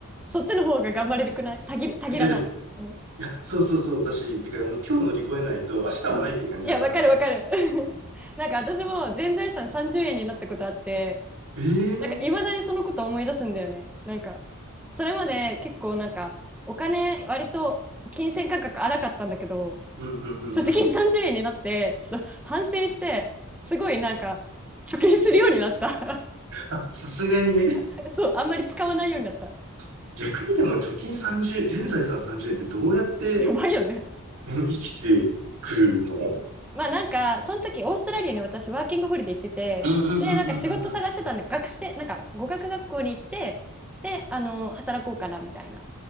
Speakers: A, in the centre; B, on the right.
A: そっちの方が頑張れるくないたぎり、たぎらない。
B: いや、でも、
A: うん
B: いや、そうそうそう。だし、てか、もう今日乗り越えないと、明日はないって感じだから。
A: うんいや、わかるわかる。<laughs> なんか私も全財産30円になったことあって、
B: ええ
A: なんかいまだにそのこと思い出すんだよね。なんか、それまで結構なんか、お金割と金銭感覚荒かったんだけど、
B: うんうんうんうん。
A: 所持金30円になって、ちょっと反省して、すごいなんか、貯金するようになった。
B: あ、さすがにね。
A: <laughs> そう、あんまり使わないようになった。
B: <laughs> 逆にでも、貯金30、
A: うん
B: 全財産30円ってどうやって、
A: やばいよね。
B: うん生きてくるの
A: まあなんかその時オーストラリアに私ワーキングホリデー行っててでなんか仕事探してたんで学生なんか語学学校に行ってであの働こうかなみたいな
B: うんうんうんうんうんうん。